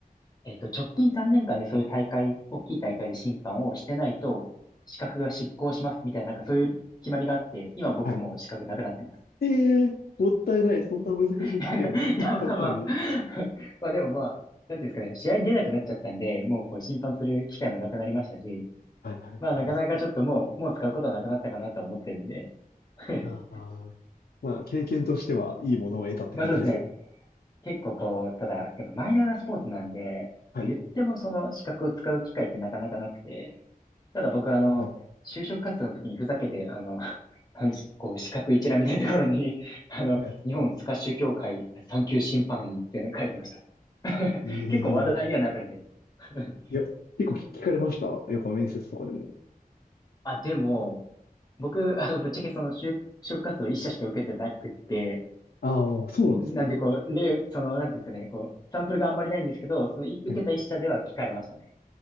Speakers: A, on the left; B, on the left.
A: えっと、直近3年間でそういう大会、大きい大会で審判をしてないと、資格が失効しますみたいな、なんかそういう決まりがあって、今僕もう資格なくなってます。
B: はい。ええもったいない。そんな難しい試験をせっかく取ったのに。
A: <laughs> いや、まあまあ <laughs>。まあでもまあ、なんていうんですかね、試合に出なくなっちゃったんで、もうこう審判する機会もなくなりましたし、
B: はいはいはい。
A: まあなかなかちょっともう、もう使うことはなくなったかなとは思ってるんで。<laughs>
B: まあ、あーまあ、経験としてはいいものを得たって感じですよ。
A: まあそうですね。結構こう、ただ、やっぱマイナーなスポーツなんで、
B: はい。
A: こう言ってもその資格を使う機会ってなかなかなくて、ただ僕はあの、
B: はい。
A: 就職活動の時にふざけて、あの、<laughs> あのこう資格一覧みたいなところに、<laughs> あの、
B: はい。
A: 日本スカッシュ協会3級審判員っていうのを書いてました。
B: ええ
A: 結構話題にはなるんで。<laughs>
B: いや、結構聞聞かれました。やっぱ面接とかでも。
A: あ、でも、僕、あの、ぶっちゃけその就、就活動一社しか受けてなくって、
B: ああ、そうなんですね。
A: なんでこう、例、その、なんていうんですかね、こう、サンプルがあんまりないんですけど、その、い受けた一社では聞かれましたね。
B: はい。